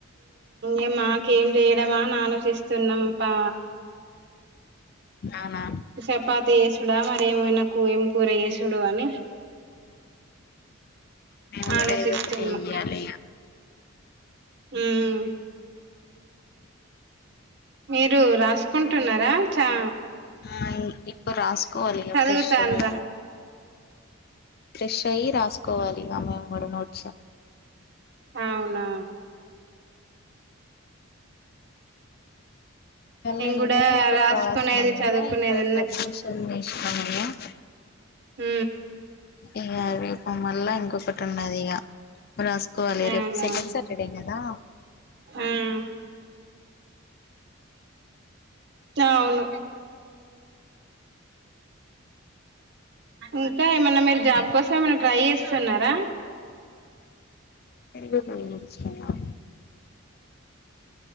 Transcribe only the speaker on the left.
అవునా
మేము కూడా
ఏదో ఒకటి ఎయ్యాలి ఇగ
ఆ ఇప్పుడు రాసుకోవాలి
ఫ్రెష్ అయ్యి
ఫ్రెష్ అయి రాసుకోవాలి మా మేము కూడా నోట్స్
ఇవాళ నేను నిన్ననే
ఒకటి
రాసినం
కదా <unintelligible>
ఏం కాదు రేపు మల్ల ఇంకొకటి ఉన్నదిగా రాసుకోవాలి
రేపు సెకండ్ సాటర్డే కదా
మీకు
హాలిడేనే
ఏళ్ళు పొయ్యి వచ్చినం